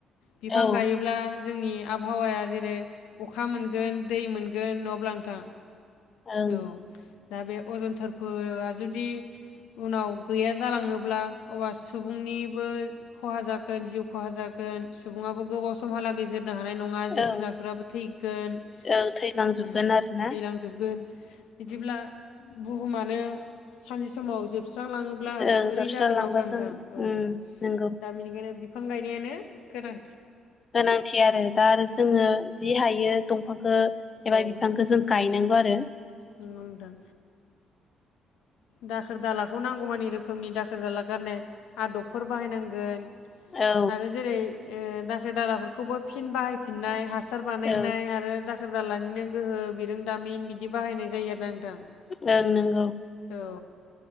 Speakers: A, on the left (about 85°); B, on the left (about 40°).
A: बिफां
B: औ ओं
A: गायोब्ला जोंनि आबहाव जेरै अखा मोनगोन दै मोन गोन नङाब्ला नोंथां
B: ओं
A: औ। दा बे अजन थोरफोआ जुदि उनाव गैया जालाङोब्ला अब्ला सुबुंनिबो खहा जागोन जिउ खहा जागोन सुबुङाबो गोबाव समहालागै जो रनो हानाय नङा जिब
B: औ
A: जुनारफोराबो थैगोन।
B: औ थैलांजोबगोन
A: थैलांजोबगोन
B: आरोना।
A: बिदिब्ला बुहुमानो सानसे समाव जोब स्रांलाङोब्ला
B: जों
A: बोरै
B: जोबस्रालांबा
A: जागोन नङा होनब्ला नोंथां
B: जों
A: औ
B: उम नंगौ
A: दा बेनिखायनो बिफां गायनायानो गोनां
B: गोनांथि आरो दा आरो जोङो जि हायो दंफां खो एबा
A: औ
B: बिफांखौ जों गायनांगौ आरो।
A: नंगौ नोंथां दाखोर दालाखौ नांगौमानि रोखोमनि दाखोर दाला गारनाय आदबफोर बाहायनांगोन।
B: औ
A: आरो जेरै ओ दाखोर दालाफोरखौबो फिन बाहायफिननाय हा सार बानायनाय
B: औ
A: आरो दाखोर दालानिनो गोहो बिरोंदामिन बिदि बाहायनाय जायो आरो ना नोंथां।
B: औ नंगौ।
A: औ